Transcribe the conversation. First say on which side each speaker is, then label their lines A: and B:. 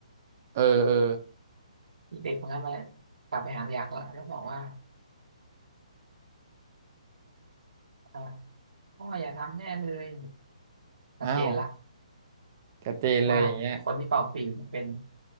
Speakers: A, on the right; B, on the right.
A: เออเออ
B: ที่เด็กคนนั้นมากลับไปหายักษ์ละแล้วบอกว่าอ่าพ่ออย่าทำแน่เลยชัดเจนละ
A: อ้าวชัดเจนเลยอย่างเงี้ย
B: ว่าเนี่ยคนที่เป่าปีเนเป็น